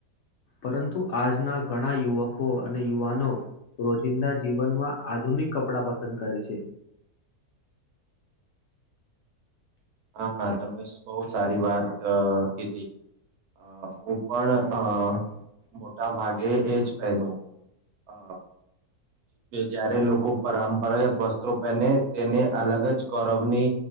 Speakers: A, on the left (about 65°); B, on the right (about 75°).
A: પરંતુ આજના ઘણા યુવકો અને યુવાનો રોજિંદા જીવનમાં આધુનિક કપડા પસંદ કરે છે
B: હા તમે બહુ સારી વાત કીધી અ હું પણ અ મોટા ભાગે એ જ પહેરુ હ જયારે લોકો પરંપરાગત વસ્તુ પહેરેને તેને અલગ જ ગૌરવની